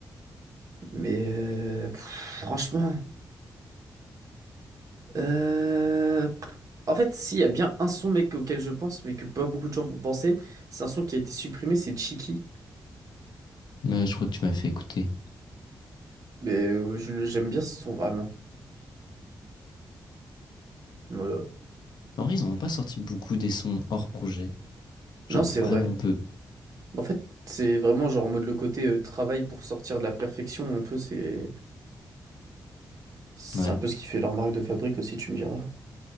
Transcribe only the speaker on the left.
Mais je crois que tu m'as fait écouter.
En vrai, ils en ont pas sorti beaucoup des sons hors projet. Genre
vraiment
peu.
Ouais.